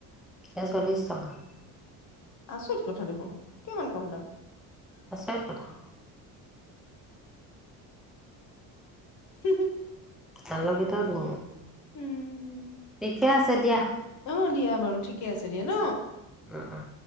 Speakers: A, in the centre; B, on the left.
A: ইছ চাগা <unintelligible> <inaudible>
B: আচৰিত কথা দেখোন কিমান কম দাম
A: আচৰিত কথা
B: হু হু
A: আলকিত ক
B: উম
A: ঠিকে আছে দিয়া
B: অ দিয়া বাৰু ঠিকে আছে দিয়ে ন
A: উম উম